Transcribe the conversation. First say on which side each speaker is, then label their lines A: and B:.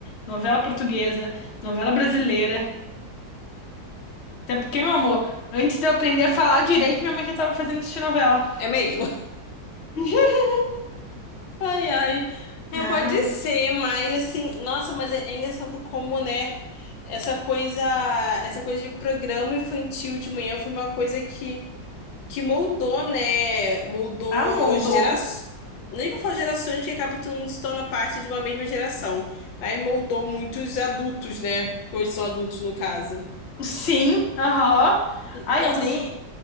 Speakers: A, on the left (about 45°); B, on the left (about 80°).
A: novela portuguesa, novela brasileira. Até porque, meu amor, antes de eu aprender a falar direito, minha mãe já tava me fazendo assistir novela.
B: É mesmo.
A: <laughs>
B: Ai, ai. É,
A: Ah,
B: pode
A: mas-
B: ser, mas assim, nossa, mas é, é engraçado como, né? Essa coisa, essa coisa de programa infantil de manhã foi uma coisa que, que moldou, né? Moldou
A: ah, mudou.
B: gerações. Nem vou falar gerações, porque acaba que todo mundo se torna parte de uma mesma geração. Aí moldou muitos adultos, né? Que hoje são adultos, no caso.
A: Sim, aham.
B: N-
A: Ah,
B: Nossa,
A: eu nem.